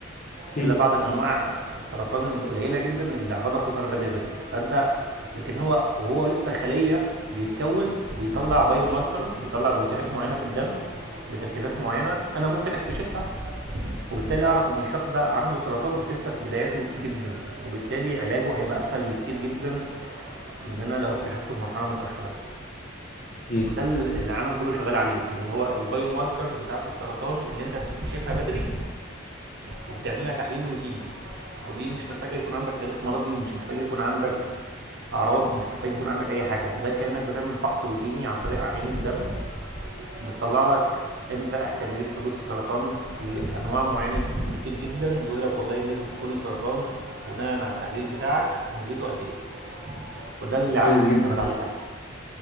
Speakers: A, on the right (about 60°); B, on the left (about 40°).
A: الا
B: اكيد
A: بعض الانواع السرطان القليله جدا اللي اعراضها بتظهر بدري بدري فانت لكن هو وهو لسه خليه بيتكون بيطلع بايو ماركرز بيطلع بروتينات معينه في الدم بتركيزات معينه انا ممكن اكتشفها وبالتالي اعرف ان الشخص ده عنده سرطان بس لسه في بداياته جدا وبالتالي علاجه هيبقى اسهل بكتير جدا من ان انا لو اكتشفته في مرحله متاخره
B: أكيد
A: ده اللي العالم كله شغال عليه اللي هو البايو ماركرز بتاعه السرطان اللي انت بتكتشفها بدري وبتعملها تحليل روتيني ودي مش محتاجه يكون عندك تاريخ مرضي مش محتاجه يكون عندك اعراض مش محتاجه يكون عندك اي حاجه ده كانك بتعمل فحص روتيني عن طريق عين الدم بتطلع لك انت احتماليه حدوث السرطان في انواع معينه كتير جدا بيقول لك والله نسبه كل سرطان بناء على التحليل بتاعك نسبته قد ايه وده اللي العالم
B: كويس جدا
A: شغال عليه حاليا